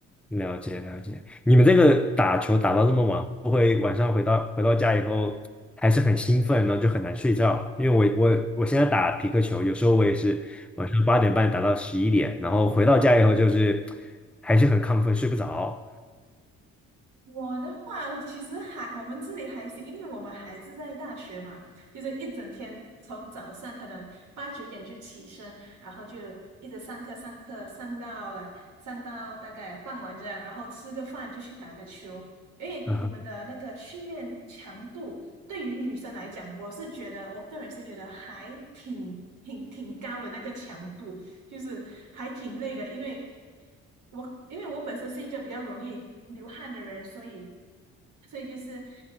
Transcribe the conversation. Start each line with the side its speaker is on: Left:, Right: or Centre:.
Centre: 了解了解，你们这个打球打到这么晚，会不会晚上回到回到家以后还是很兴奋，然后就很难睡觉？因为我我我现在打匹克球，有时候我也是晚上八点半打到十一点，然后回到家以后就是还是很亢奋，睡不着。
Right: 我的话，其实还我们这里还是，因为我们还是在大学嘛，就是一整天从早上可能八九点就起身，然后就一直上课上课上到来上到大概傍晚这样，然后吃个饭就去打个球。因为我们的那个训练强度对于女生来讲，
Centre: 啊，
Right: 我是觉得我个人是觉得还挺挺挺高的那个强度。就是还挺累的，因为我因为我本身是一个比较容易流汗的人，所以所以就是